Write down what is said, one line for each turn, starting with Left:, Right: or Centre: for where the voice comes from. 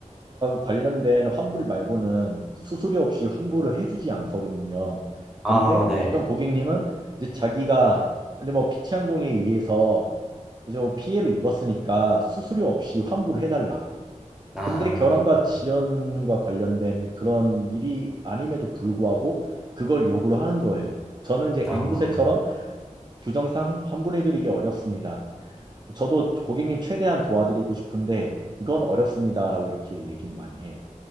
Right: 관련된 환불 말고는 수수료 없이 환불을 해주지 않거든요.
Centre: 아,
Right: 근데
Centre: 네.
Right: 어떤 고객님은 이제 자기가 이제 뭐 피치항공에 의해서 이제 뭐 피해를 입었으니까 수수료 없이 환불을 해달라.
Centre: 아,
Right: 근데 결항과 지연과 관련된 그런 일이 아님에도 불구하고 그걸 요구를 하는 거예요. 저는 이제
Centre: 아,
Right: 앵무새처럼 규정상 환불해드리기 어렵습니다. 저도 고객님 최대한 도와드리고 싶은데 이건 어렵습니다라고 이렇게 얘기를 많이 해요.